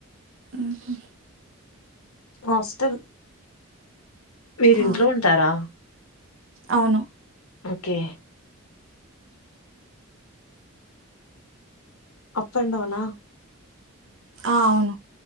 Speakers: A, on the right (about 65°); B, on the left (about 80°).
A: ఊహు
B: హాస్టల్ మీరు ఇంట్లో
A: ఆ
B: ఉంటారా.
A: అవును.
B: ఓకే. ఆప్ అండ్ డౌనా
A: ఆ అవును.